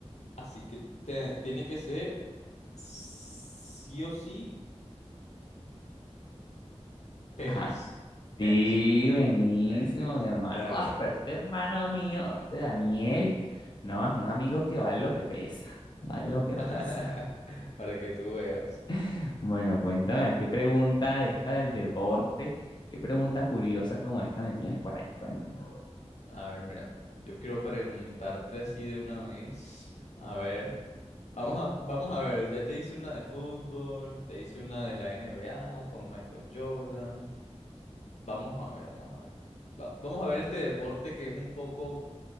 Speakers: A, on the left (about 80°); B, on the left (about 40°).
A: Así que te- tiene que ser sí o sí tenis.
B: Ajá, Sí,
A: Tenis,
B: buenísimo,
A: tenis, tenis.
B: mi hermano.
A: Claro,
B: Ah,
A: claro.
B: pero este hermano mío, este Daniel, no, es un amigo que vale lo que pesa, vale lo que
A: <laughs>
B: pesa.
A: Para que tú veas.
B: <laughs> Bueno, cuéntame, a ver, qué pregunta de esta del deporte, qué pregunta curiosa como esta me tienes por ahí, cuéntame.
A: A ver, mira, yo quiero preguntarte así de una vez. A ver, vamos a, vamos a ver, ya te hice una de fútbol, te hice una de la NBA con Michael Jordan. Vamos a ver, vamos a ver. Va- vamos a ver este deporte que es un poco,